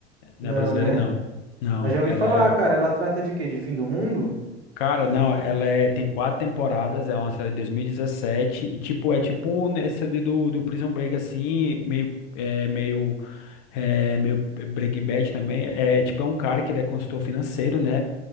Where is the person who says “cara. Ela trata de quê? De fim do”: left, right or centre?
Right